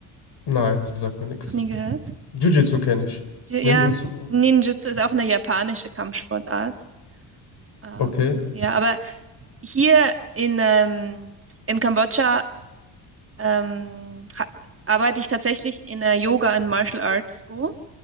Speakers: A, on the left; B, on the right.
A: Nein, das sagt mir nichts.
B: Noch nie gehört?
A: Jiu-Jitsu kenne ich.
B: Ja, ja,
A: Ninjutsu,
B: Ninjutsu ist auch eine japanische Kampfsportart. Ähm,
A: okay.
B: ja, aber hier in, ähm, in Kambodscha ähm, ha- arbeite ich tatsächlich in einer Yoga and Martial Arts School.